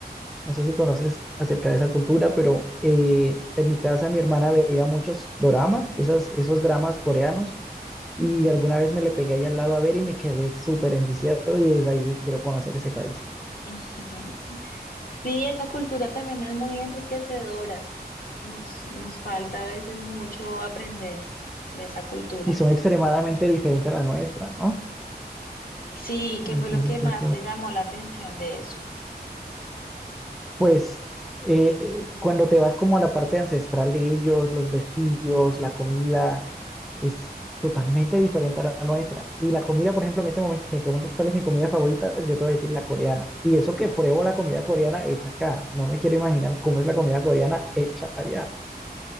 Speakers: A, in the centre; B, on the left (about 60°).
A: No sé si conoces acerca de esa cultura, pero eh, en mi casa mi hermana veía muchos doramas, esos, esos dramas coreanos, y alguna vez me le pegué ahí al lado a ver y me quedé súper enviciado y desde allí quiero conocer ese país.
B: <laughs> Sí, esa cultura también es muy enriquecedora. Nos, nos falta a veces mucho aprender de esa cultura.
A: Y son extremadamente diferentes a la nuestra, ¿no?
B: Sí, ¿qué
A: Entonces,
B: fue lo que
A: eso
B: más te llamó la atención de eso?
A: Pues eh, cuando te vas como a la parte ancestral de ellos, los vestidos, la comida, es totalmente diferente a la nuestra. Y la comida, por ejemplo, en este momento, si me preguntas cuál es mi comida favorita, yo te voy a decir la coreana. Y eso que pruebo la comida coreana hecha acá. No me quiero imaginar cómo es la comida coreana hecha allá.